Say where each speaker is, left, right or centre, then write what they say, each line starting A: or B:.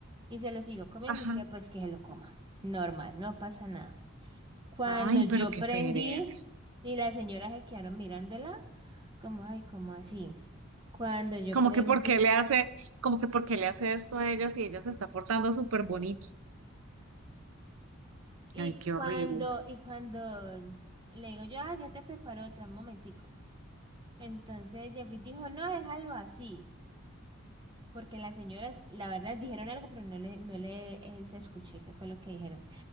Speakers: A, on the right; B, on the right.
A: Y se lo siguió comiendo
B: Ajá.
A: y dije, pues que se lo coma. Normal, no pasa nada. Cuando
B: Ay,
A: yo
B: pero qué
A: prendí
B: pereza.
A: y las señoras se quedaron mirándola, como, ay, como así. Cuando yo
B: Como
A: prendí
B: que por qué le hace, como que por qué le hace esto a ella si ella se está portando súper bonito.
A: Y
B: Ay, qué
A: cuando,
B: horrible.
A: y cuando le digo yo, ah, ya te preparo otra, un momentico. Entonces llegó y dijo, no, déjalo así. Porque las señoras, la verdad, dijeron algo, pero no le, no le eh, se escuché qué fue lo que dijeron.